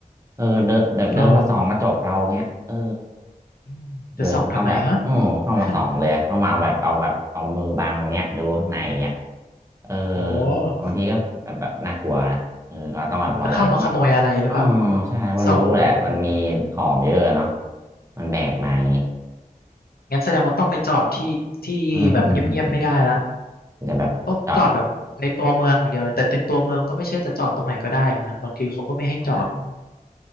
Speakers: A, on the right; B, on the left.
A: เออเดินเดินเดินมาส่องกระจกเราเนี้ยเออ
B: อ๋ออืมจะส่องทำไมฮะ
A: เดินเขาต้องแบบโอ้เข้ามาส่องเลยเข้ามาเอาแบบเอาแบบเอามือบังเนี้ยดูข้างในเนี้ย
B: <laughs>
A: เออ
B: โอ้
A: บางทีก็แบบแบบน่ากลัวนะเออก็ต้องแบบระวังนะ
B: จะเข้ามาขโมยอะไรหรือเปล่า
A: อ๋อใช่เพราะรู้แหละมันมีของเยอะเนาะ
B: ส่องดูอืม
A: มันแบกมาอย่างงี้
B: งั้นแสดงว่าต้องไปจอดที่ที่แบบเงียบๆไม่ได้ละ
A: อืมอืม จะแบบจอด
B: ต้องจอดแบบในตัวเมืองอย่างเดียวเลยแต่ในตัวเมืองก็ไม่ใช่จะจอดตรงไหนก็ได้อีกนะบางทีเขาก็ไม่ให้จอด
A: อ่า